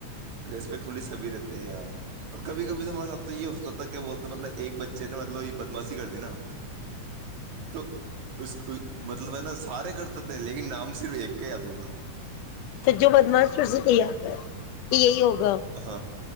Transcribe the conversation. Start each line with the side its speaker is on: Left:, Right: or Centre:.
Right: رسپیکٹ فلی سبھی رہتے ہیں یار اور کبھی کبھی تو ہمارے ساتھ تو یہ ہوتا تھا کیا بولتے مطلب ایک بچے نے مطلب یہ بدماشی کر دی نا تو اس مطلب ہے نا سارے کرتے تھے لیکن نام صرف ایک کے یاد ہو تھا
Left: تو جو بدماش کرسی کو یاد ہے کہ یہی ہوگا
Right: ہاں